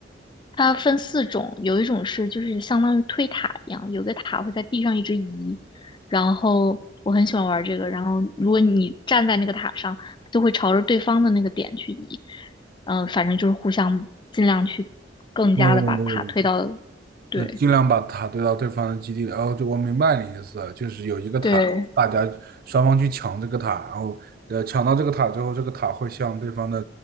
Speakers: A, on the left; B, on the right.
A: 它分四种，有一种是就是相当于推塔一样，有个塔会在地上一直移，然后我很喜欢玩这个，然后如果你站在那个塔上，它就会朝着对方的那个点去移，嗯、反正就是互相尽量去更加的把塔推到，
B: 哦，
A: 对。
B: 就尽量把塔堆到对方的基地里。哦，就我明白你意思了，就是有一个塔，
A: 对，
B: 大家双方去抢这个塔，然后呃抢到这个塔之后，这个塔会向对方的